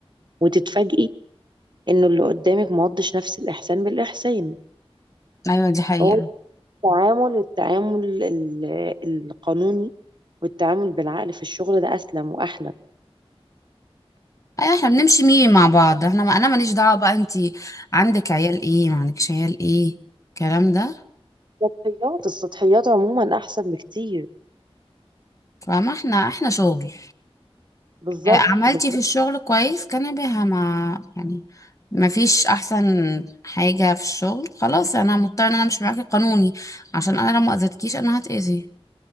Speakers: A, on the right; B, on the left.
A: وتتفاجئي انه اللي قدامك ما قضش نفس الاحسان بالاحسان
B: ايوه دي حقيقة
A: هو التعامل التعامل ال- القانوني والتعامل بالعقل في الشغل ده أسلم وأحلى
B: ايوه احنا بنمشي ميري مع بعض احنا ما انا ماليش دعوه بقى انتي عندك عيال ايه ما عندكش عيال ايه الكلام ده
A: السطحيات السطحيات عموما أحسن بكتير
B: فما احنا احنا شغل
A: بالظبط
B: آه، عملتي
A: بالظبط
B: في الشغل كويس كان بها ما يعني ما فيش احسن حاجه في الشغل خلاص انا مضطره ان انا مش معاكي قانوني عشان انا لو ما اذيتكيش انا هتاذي